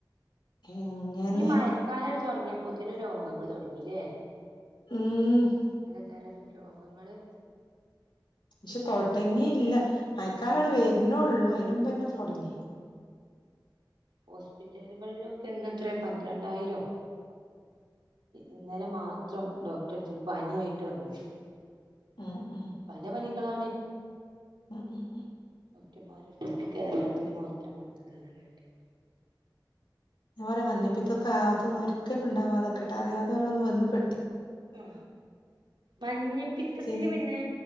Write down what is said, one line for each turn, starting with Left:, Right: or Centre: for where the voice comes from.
Left: എങ്ങനെ
Right: ഈ മഴക്കാലം തുടങ്ങിയപ്പോത്തനെ രോഗങ്ങൾ തുടങ്ങില്ലേ
Left: ഉം
Right: ഇതരം രോഗങ്ങള്
Left: പക്ഷെ തുടങ്ങിയില്ല
Right: മഴ
Left: മയക്കാല അട് വരുന്നേള്ളു അതിനമുമ്പ്ന്നെ തുടങ്ങി
Right: ഹോസ്പിറ്റലുകളിലൊക്കെന്ന്ത്ര പന്ത്രണ്ടായിരോ ഇന്നലെ മാത്രം ഡോക്ടർത്തേക്ക് പന ആയിട്ട് വന്നത്
Left: ഉം ഉം
Right: പല പനികളാണ്
Left: ഉം ഉം ഉം
Right: ഡന്മാരുടുത്തേ് കേരളത്തില് മാത്രം വന്നത് കേട്ടെ
Left: ഞാൻ പറയാ മഞ്ഞപ്പീത്തൊക്കെ അതൊന്നും ഒരിക്കലും ഉണ്ടാവാതൊക്കെ അറാതെോരോന്ന് വന്ന് പെട്ടി
Right: ഉ മഞ്ഞപ്പിത്തത്തിന്
Left: ന്
Right: പിന്നെ